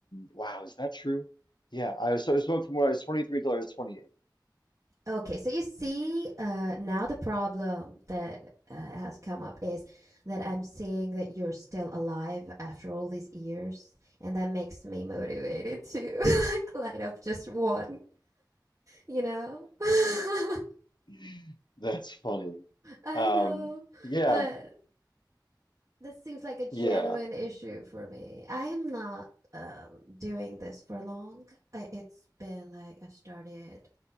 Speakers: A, on the left; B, on the right.
A: Wow, is that true? Yeah, I was so I smoked from when I was 23 till I was 28.
B: Okay, so you see, uh, now the problem that uh, has come up is that I'm seeing that you're still alive after all these years, and that makes me motivated to <laughs> like light up just one, you know? <laughs>
A: <laughs> That's funny.
B: I
A: Um
B: know,
A: yeah,
B: but this seems like a genuine
A: yeah.
B: issue for me. I am not um doing this for long. I, it's been like I've started